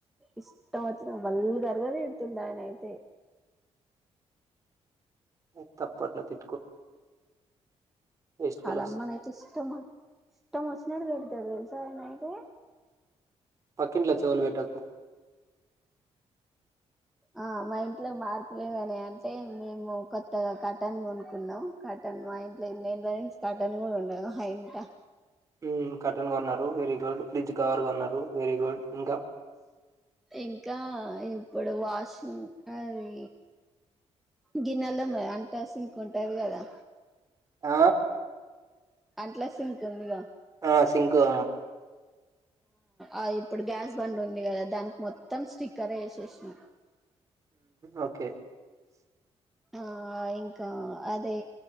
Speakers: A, in the centre; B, on the right (about 30°).
A: ఇష్ <unintelligible> ఆయన అయితే
B: ఏ తప్పట్ల తీ వేస్ట్ ఫెలోస్
A: ఆలమ్మనయితే ఇష్టమొ ఇష్టమొస్ పెడుతాడు తెలుసా ఆయనైతే
B: పక్కింట్లో చెవులు పెట్టకు
A: ఆ మా ఇంట్లో మార్పులేవైనాయంటే మేము కొత్తగా కర్టన్ కొనుక్కున్నాం కర్టన్ మా ఇంట్లో <inaudible> కర్టన్ కూడా ఉండవు ఆ ఇంట
B: ఊ కర్టన్ గొన్నారు వెరీ గుడ్ ఫ్రిజ్ కవర్ గొన్నారు వెరీ గుడ్ ఇంకా
A: ఇంకా ఇప్పుడు వాషింగ్ అది గిన్నెల్ తోమేది అంట సింక్ ఉంటది కదా
B: ఆ
A: అంట్ల సింకు ఉందిగా
B: ఆ సింకు
A: ఆ ఇప్పుడు గ్యాస్ బంద్ ఉంది కదా దానికి మొత్తం స్టిక్కర్ వేసేసాం
B: ఓకే
A: ఆ ఇంకా అదే